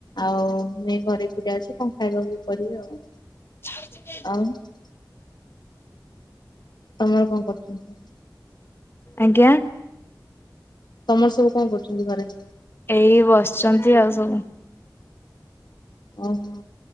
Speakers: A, on the left (about 70°); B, on the left (about 30°).
A: ଆଉ ମେଁ ଘରେ ଏକୁଟିଆ ଅଛି, କଣ ଖାଇବାକୁ କରିବି ଆଉ?
B: ଆଉ ଚିକେ
A: <unintelligible> ତମର କଣ କରୁଚନ୍ତି ସବୁ?
B: ଆଜ୍ଞା!
A: ତମର ସବୁ କଣ କରୁଚନ୍ତି ଘରେ?
B: ଏଇ ବସିଛନ୍ତି ଆଉ ସବୁ।
A: ଓହୋ!